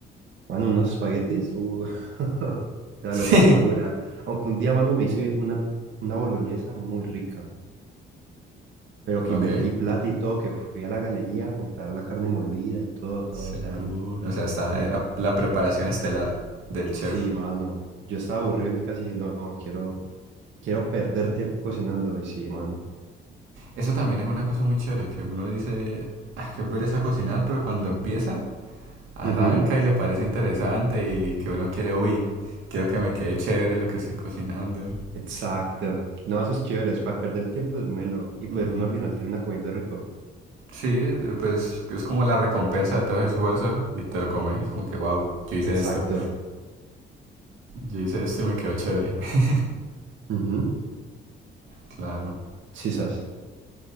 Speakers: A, on the right (about 70°); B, on the right (about 85°).
A: mano, unos espaguetis. Uh, <laughs> una
B: <laughs>
A: locura.
B: Sí.
A: Aunque un día, mano, me hice una, una boloñesa muy rica. Pero que
B: Ok,
A: invertí plata y todo, que fui a la galería a comprar la carne molida y todo, todo.
B: seguro.
A: O sea, y
B: O sea, está,
A: me...
B: era la preparación estelar del chef.
A: Sí, mano. Yo estaba aburrido en mi casa y dije, no, quiero, quiero perder tiempo cocinando. Y sí, mano.
B: Eso también es una cosa muy chévere, que uno dice, ah, qué pereza cocinar, pero cuando empieza, arranca
A: Ujú,
B: y le parece interesante y que uno quiere, uy, quiero que me quede chévere lo que estoy cocinando.
A: Exacto. No, eso es chévere, es para perder el tiempo es melo. Y pues
B: Ujú.
A: uno al final termina comiendo rico.
B: Sí, eh, pues es como la recompensa de todo ese esfuerzo y te lo comes y es como que, wow, yo hice
A: Exacto.
B: esto, yo hice esto y me quedó chévere. <laughs>
A: Ujú,
B: Claro.
A: Sí, sas.